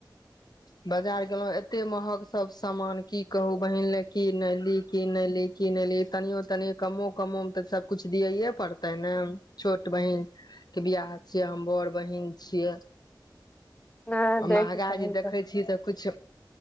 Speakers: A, on the left (about 60°); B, on the left (about 15°).
A: बाजार गेलों एते महग सब सामान की कहू बहिन ले की ने ली की ने ली की नहि ले तनियो तनियो कमो कमो मे तऽ सब कुछ दियैे पड़ते ने छोट बहिन के बियाह छियै हम बड़ बहिन छियै
B: नहि दैके
A: महगा
B: चाही
A: जे देखै छियै तऽ कुछ